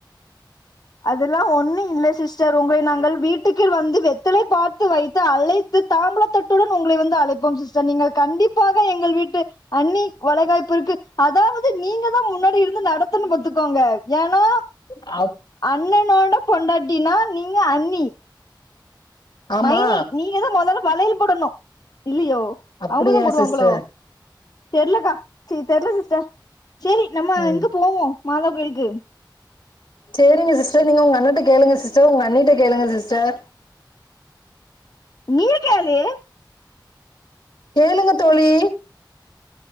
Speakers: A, on the left (about 50°); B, on the left (about 75°).
A: அதுல்லாம் ஒண்ணும் இல்ல சிஸ்டர் உங்களை நாங்கள் வீட் வீட்டுக்குவந்து வெத்தலை பாக்கு வைத்து அழைத்து தாம்பூலத்தட்டுடன் உங்களை வந்து அழைப்போ சிஸ்டர் நீங்கள் கண்டிப்ப கண்டிப்பாக எங்கள் வீட்டு அண்ணி வளைகாப்புர்க்கு அதாவது நீங்க தா முன்னாடி இருந்து நடத்துன்னு பாத்துக்கோங்க ஏன்னா
B: <unintelligible> ஆ
A: அண்ணனோட பொண்டாட்டினா நீங்க அன்னி
B: ஆமா
A: மைனி நீங்கதான் முதல்ல வளயல் போடணு இல்லயோ
B: அப்டியா
A: அவுங்கதான் போடுவாங்களோ
B: சிஸ்டர்
A: தெர்லக்கா சீ தெர்ல சிஸ்டர் சேரி நம்ம
B: ம்
A: இங்க போவோம் மாதா கோயிலுக்கு
B: சேரிங்க சிஸ்டர் நீங்க உங்க அண்ணன்ட்ட கேளுங்க சிஸ்டர் உங்க அன்னிட்ட கேளுங்க சிஸ்டர்
A: நீயே கேலு
B: கேளுங்க தோழி